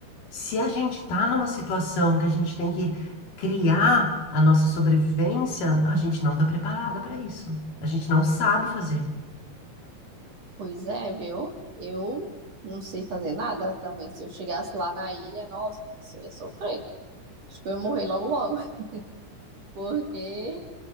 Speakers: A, on the left; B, on the right.
A: se a gente tá numa situação que a gente tem que criar a nossa sobrevivência, a gente não tá preparada pra isso. A gente não sabe fazer.
B: Pois é, viu? Eu não sei fazer nada também. Se eu chegasse lá na ilha, nossa, eu ia sofrer. Acho que eu ia morrer logo logo, <laughs> porque